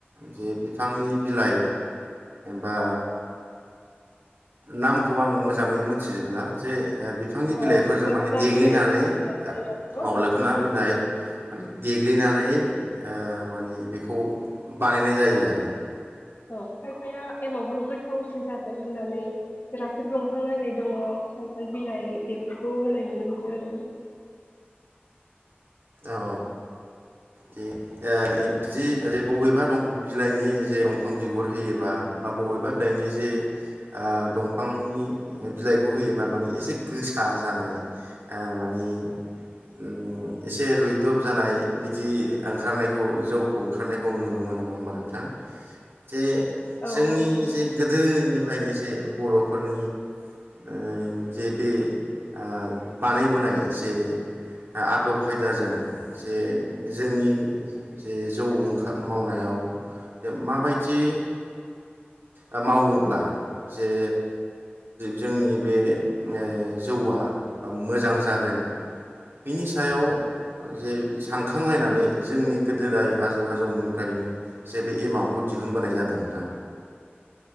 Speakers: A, on the right (about 75°); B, on the left (about 65°).
A: जे बिफांनि बिलाइ बा नामखौ आं मोजाङै मोनथिजोबला जे ओ बिफांनि
B: अ
A: बिलाइफोरजों
B: मोखोना
A: माने देग्लिनानै
B: बिलाइ गोथाव जायो आरो
A: ओ
B: मोखोना
A: लोखोना बिलाइ माने देग्लिनानै अ माने बेखौ बानायनाय जायो आरो।
B: औ खायफाया एमावखो गोथावसिन जादो होननानै राखेब दंफां होनाय दङ खान्थाल बिनाय बेफोरखौ होनाय नुनो मोनो आरो ना।
A: औ जे अ जे लेब बबेबा बिलाइनि जे दंफां बिगुर होयोबा बा बबेबा बिलाइनि जे ओ दंफांनि बिलाइखौ होयोबा मानि एसे गोसा जानाय अ मानि उम। एसे रुइदब जानाय बिदि ओंखारनायखौ जौखौ ओंखारनायखौ नुनो मोनो नङा होमबा नोंथां? जे
B: औ
A: जोंनि
B: नंगौ
A: जे गोदोनि फ्रायनो जे बर'फोरनि ओ जे बे ओ बानायबोनाय जे आदब खायदाजों जे जोंनि जे जौ ओंखाम मावनायाव माबायदि ओ मावोब्ला जे जोंनि बे ओ जौआ मोजां जागोन बिनि सायाव जे सानखांलायनानै जोंनि गोदोदाय आजौ आजौनिफ्रायनो जे बे एमावखौ दिहुनबोनाय जादों नोंथां।